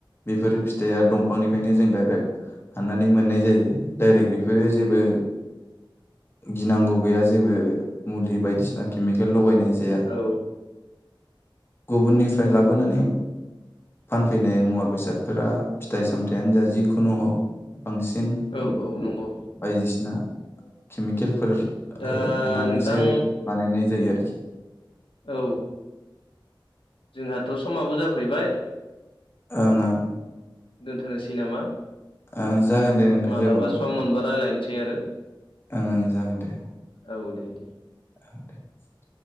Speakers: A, on the left; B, on the left.
A: बेफोर फिथाइआ दंफांनिफ्रायनो जों दडाइरेक्ट हाननानै मोननाय जायो डाइरेक बे फोरो जेबो गिनांगौ गैया जेबो मुलि बायदिसिना केमिकेल लगायनाय जाया
B: औ
A: गुबुननिफ्राय
B: नंगौ
A: लाबोनानै
B: नोंथां
A: फानफैनाय मुवा बेसादफोरा फिथाइ सामथाइयानो जा जिखुनु हग बांसिन
B: औ औ नंगौ
A: बायदिसिना केमिकेलफोर
B: दा
A: हो होनानैसो
B: नोंथां
A: बानायनाय जायो आरोखि।
B: औ जोंहाथ' समाबो जाफैबाय
A: ओं ओं
B: दोनथ'नोसै नामा
A: ओ जागोन दे नोंथां
B: मालाबा
A: जेबो नङा
B: सम
A: दे
B: मोनबा रायज्लायनोसै आरो
A: ओं ओं जागोन दे।
B: औ दे दे
A: <inaudible>